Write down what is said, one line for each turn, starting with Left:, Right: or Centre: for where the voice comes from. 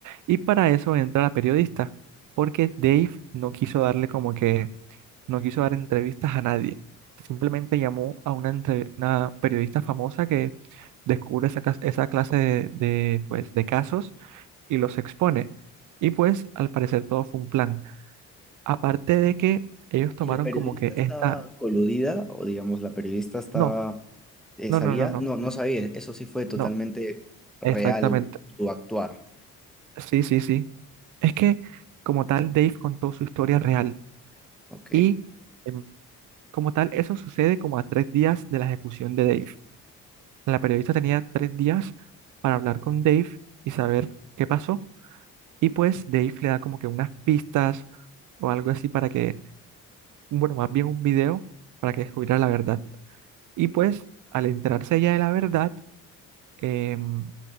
Right: Y para eso entra la periodista, porque Dave no quiso darle como que, no quiso dar entrevistas a nadie. Simplemente llamó a una, entre- una periodista famosa que descubre esa, cas- esa clase de, de, pues, de casos y los expone. Y pues al parecer todo fue un plan. Aparte de que ellos tomaron
Centre: ¿Y la periodista
Right: como que
Centre: estaba
Right: esta...
Centre: coludida o digamos la periodista estaba,
Right: No,
Centre: eh,
Right: no,
Centre: sabía?
Right: no, no, no,
Centre: No, no sabía, eso sí fue totalmente
Right: no,
Centre: real
Right: exactamente.
Centre: su actuar.
Right: Sí, sí, sí. Es que como tal, Dave contó su historia real
Centre: Ok.
Right: y em, como tal, eso sucede como a tres días de la ejecución de Dave. La periodista tenía tres días para hablar con Dave y saber qué pasó. Y pues Dave le da como que unas pistas o algo así para que, bueno, más bien un video para que descubriera la verdad. Y pues al enterarse ella de la verdad, em,